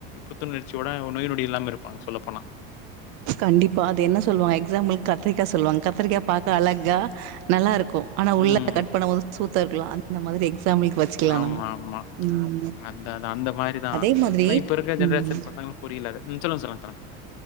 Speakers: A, on the left; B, on the right.
A: புத்துணர்ச்சியோட நோய்நொடி இல்லாம இருப்பாங்க சொல்ல போனா
B: கண்டிப்பா அது என்ன சொல்லுவாங்க எக்ஸாம்பிளுக்கு கத்திரிக்கா சொல்லுவாங்க கத்திரிக்கா பாக்க அழகா நல்லா இருக் ஆனா உள்ள
A: ம்.
B: கட் பண்ணும்போது சூத் த்த இருக்கலா அந்த மாதிரி எக்ஸாம்பிளுக்கு வச்சுக்கலா
A: ஆமா
B: நம்ம
A: ஆமா
B: ஆமா
A: அதா அந்த மாரிதா
B: அதே மாதிரி
A: ஆனா இப்ப இருக்க ஜென்ரேஷன்
B: ம்
A: பசங்களுக்கு புரியல அது ம். சொல்லுங்க, சொல்லுங்க, சொல்லுங்க.